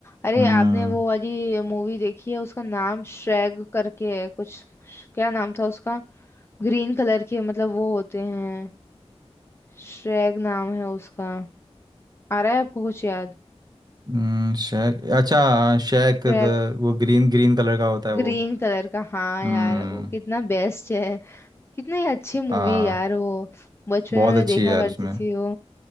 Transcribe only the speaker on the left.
अरे
आपने वो वाली मूवी देखी है उसका नाम श्रैग करके है कुछ क्या नाम था उसका ग्रीन कलर के मतलब वो होते हैं श्रेग नाम है उसका आ रहा है आपको कुछ याद
श्रेग
ग्रीन
कलर का हाँ
यार वो कितना बेस्ट है कितनी अच्छी मूवी
यार वो बचपन
में मैं
देखा
करती
थी वो